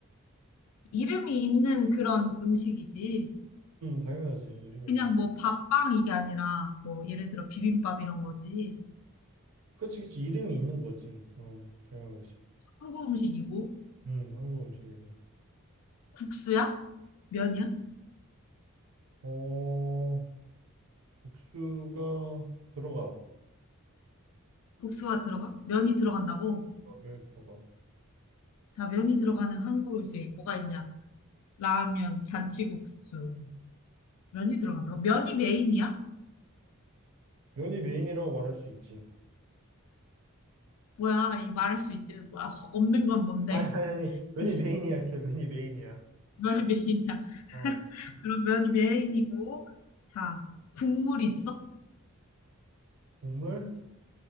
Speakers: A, on the left; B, on the right.
A: 이름이 있는 그런 음식이지.
B: 당연하지 이름이
A: 그냥 뭐 밥빵 이게 아니라 뭐 예를 들어 비빔밥 이런 거지.
B: 그치, 그치. 이름이 있는 거지. 어, 당연하지.
A: 한국 음식이고,
B: 음, 한국 음식이고.
A: 국수야? 면이야?
B: 어, 국수가 들어가.
A: 국수가 들어가? 면이 들어간다고?
B: 어, 면 들어가.
A: 자, 면이 들어가는 한국 음식 뭐가 있냐? 라면, 잔치국수. 면이 들어간다고? 면이 메인이야?
B: 면이 메인이라고 말할 수 있지.
A: 뭐야, 이 말할 수 있지. 뭐야, 허- 없는 건 뭔데?
B: 아, 아니, 아니, 아니. 면이
A: <laughs>
B: 메인이야. 그래, 면이 메인이야.
A: 뭘 메인이야? <laughs>
B: 어,
A: 그럼 면이 메인이고, 자, 국물이 있어?
B: 국물?